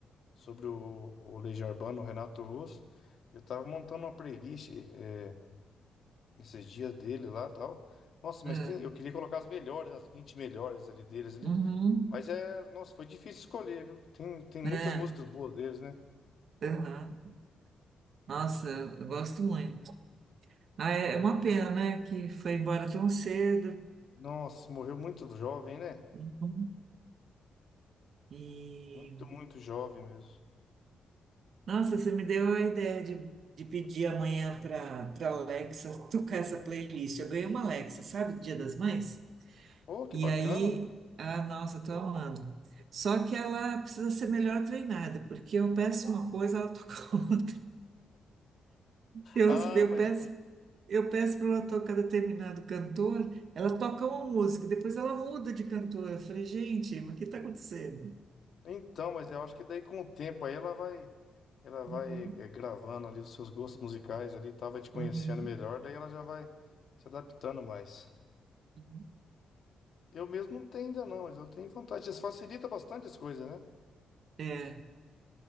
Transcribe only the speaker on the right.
É.
Uhum.
É.
Aham. Nossa, eu gosto muito. Ah, é é uma pena, né? Que foi embora tão cedo.
Uhum. E
nossa, você me deu a ideia de, de pedir amanhã para para Alexa tocar essa playlist. Eu ganhei uma Alexa, sabe, do Dia das Mães?
E
aí, ah, nossa, tô amando. Só que ela precisa ser melhor treinada, porque eu peço uma coisa, ela toca <laughs> outra. Eu,
eu
peço Eu peço para ela tocar determinado cantor, ela toca uma música, depois ela muda de cantor. Eu falei, gente, mas o que está acontecendo?
Uhum,
uhum,
uhum.
É,